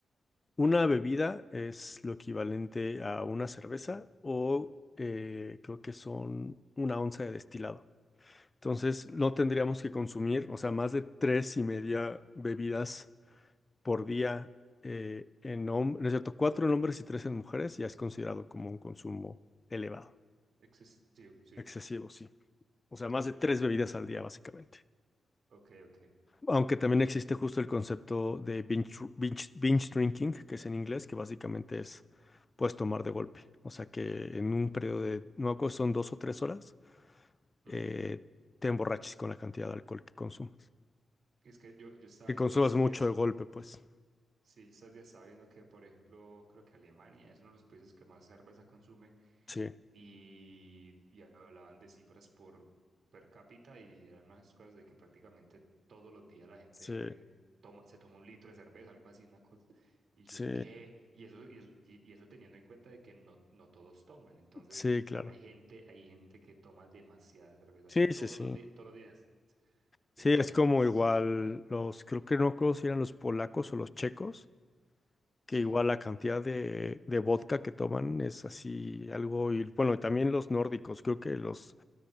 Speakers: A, on the left (about 30°); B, on the right (about 75°).
A: una bebida es lo equivalente a una cerveza o eh, creo que son una onza de destilado. Entonces,
B: Ajá,
A: no tendríamos que consumir, o sea, más de tres y media bebidas por día eh, en hombres, no es cierto, cuatro en hombres y tres en mujeres ya es considerado como un consumo elevado,
B: excesivo, sí,
A: excesivo, sí. O sea, más
B: ok,
A: de tres bebidas al día, básicamente.
B: ok, ok.
A: Aunque también existe justo el concepto de binge, binge- binge drinking, que es en inglés, que básicamente es, puedes tomar de golpe. O sea, que en un periodo de, no me acuerdo, si son dos o tres horas,
B: ujú.
A: eh, te emborraches con la cantidad de alcohol que consumas.
B: Es que yo, yo estaba
A: Que
B: viendo
A: consumas
B: estos
A: mucho
B: días,
A: de golpe, pues.
B: sí, estos días estaba viendo que, por ejemplo, creo que Alemania es uno de los países que más cerveza consume
A: Sí,
B: y, y hablaban de cifras por per cápita y eran unas cosas de que prácticamente todos los días la gente
A: sí,
B: toma, se toma un litro de cerveza, algo así, una cosa. Y yo,
A: sí,
B: ¿qué? Y eso, y eso, y- y eso teniendo en cuenta de que no, no todos toman. Entonces,
A: sí, claro.
B: hay gente, hay gente que toma demasiada cerveza
A: Sí,
B: todos
A: sí, sí.
B: los días, todos los días.
A: Sí,
B: Y como
A: es
B: que, bueno,
A: como
B: pues
A: igual los, creo que no me acuerdo si eran los polacos o los checos, que
B: sí.
A: igual la cantidad de, de vodka que toman es así algo, y bueno, y también los nórdicos, creo que los,